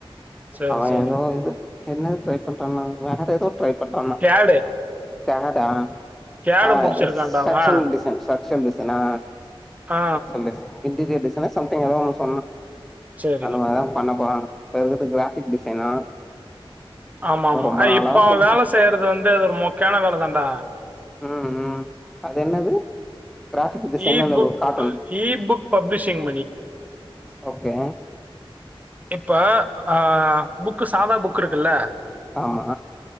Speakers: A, on the right; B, in the centre.
A: சரி,
B: அவன்
A: சரி.
B: ஏதோ இது என்ன ட்ரை பண்றான்ண்ணா வேற ஏதோ ட்ரை பண்றாண்ணா
A: கேடு.
B: தராதா
A: கேடு
B: ஆ
A: முடிச்சிருக்கான்டா
B: எஸ் சக்ஷன்
A: அவன்.
B: டிசைன் சக்ஷன் டிசைனா
A: ஆ.
B: சக்ஷுன் டிசைன் இன்டீரியர் டிசைனா சம்திங் ஏதோ ஒன்னு சொன்னா
A: சரி.
B: அந்த மாறிதா பண்ண போறா இப்ப இருக்கறது கிராஃபிக் டிசைனா
A: ஆமா
B: அவ
A: ஆமா
B: ரொம்ப நாளா
A: இப்ப அவன்
B: சொல்லிட்டு
A: வேல செய்றது வந்து அது ஒரு மொக்கயான வேல தான்டா
B: ம் ம் அது என்னது கிராபிக் டிசைன்
A: இ
B: உள்ள
A: புக்
B: ஒரு cartoon
A: e book publishing
B: okay
A: அ இப்ப ஆ புக்கு சாதா புக் இருக்குல்ல
B: ஆமா